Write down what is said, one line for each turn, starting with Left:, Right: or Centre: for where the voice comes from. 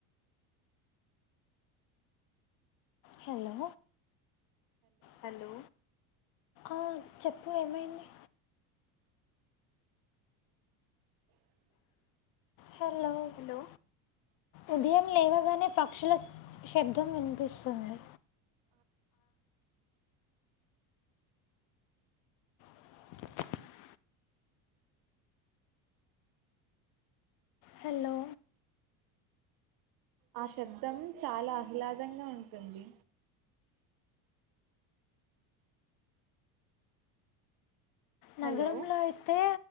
Left: హలో హలో ఆ చెప్పు ఏమైంది హలో హలో ఉదయం లేవగా పక్షుల శబ్దం వినిపిస్తుంది <inaudible> హలో
Right: ఆ శబ్దం చాలా ఆహ్లాదంగా ఉంటుంది
Left: నగరంలో
Right: హలో
Left: అయితే